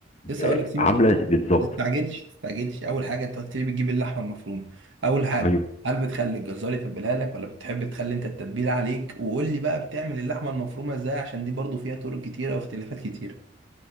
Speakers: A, on the right; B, on the left.
A: لسه
B: آه،
A: اقول لك سيبك
B: عامله
A: ما
B: بالظبط
A: تستعجلش تستعجلش اول حاجه انت قلت لي بتجيب اللحمه المفرومه اول حاجه
B: ايوه
A: هل بتخلي الجزار يتبلها لك ولا بتحب تخلي انت التتبيله عليك وقول لي بقى بتعمل اللحمه المفرومه ازاي عشان دي برضو فيها طرق كتيره واختلافات كتيره